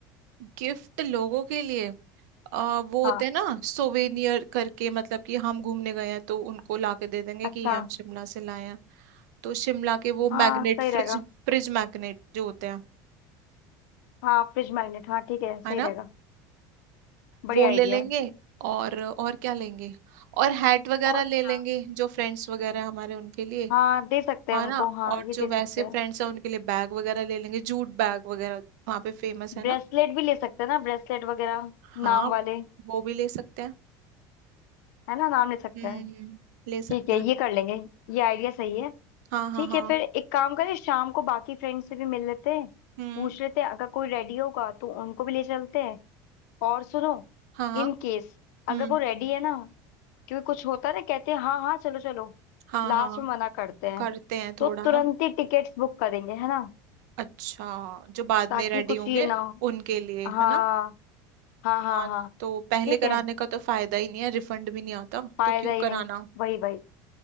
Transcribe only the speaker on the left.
हाँ
अच्छा
हाँ
सही
रहेगा
हाँ फ्रिज मैग्नेट हाँ ठीक है सही
रहेगा बढ़िया
आइडिया
है
और
क्या
हाँ दे सकते हैं
उनको
हाँ
ये
दे
सकते हैं
ब्रेसलेट भी ले सकते हैं ना ब्रेसलेट वगैरह
नाम वाले
है ना नाम ले सकते
हैं
ठीक है
ये कर लेंगे ये आइडिया सही है
ठीक
है फिर एक काम करें शाम को बाकी फ्रेंड से भी मिल लेते हैं
पूछ लेते हैं अगर कोई रेडी होगा तो उनको भी ले चलते हैं और सुनो
इन केस अगर
वो रेडी है ना क्योंकि कुछ होता है ना कहते हैं हाँ हाँ चलो चलो
लास्ट
में मना करते हैं
तो
तुरंत
ही टिकट्स बुक करेंगे है ना
ताकि
कुछ
ये ना हो
हाँ
हाँ हाँ
हाँ
ठीक
है
फायदा
ही
नहीं वही वही